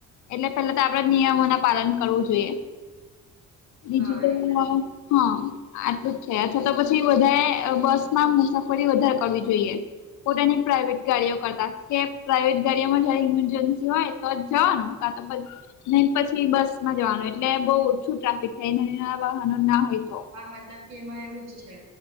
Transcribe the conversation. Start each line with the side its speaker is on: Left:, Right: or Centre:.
Left: એટલે પેલા તો આપડે
Right: હમ
Left: નિયમો ના પાલન કરવું જોઈએ, બીજું
Right: હા
Left: તો
Right: એ પણ છે.
Left: હા આટું જ છે અથવા તો પછી વધારે બસમાં ફ વધારે કરવી જોઈએ, પોતાની પ્રાઇવેટ ગાડીઓ કરતા કે પ્રાઇવેટ ગાડીમાં
Right: હા.
Left: જયારે ઇમરજન્સી હોય તો જ જવાનું, કા નહી પછી બસ માં જવાનું એટલે બહુ ઓછું ટ્રાફિક થાય વાહનો ના હોય તો.
Right: હા મતલબ કે એમાં એવું જ છે.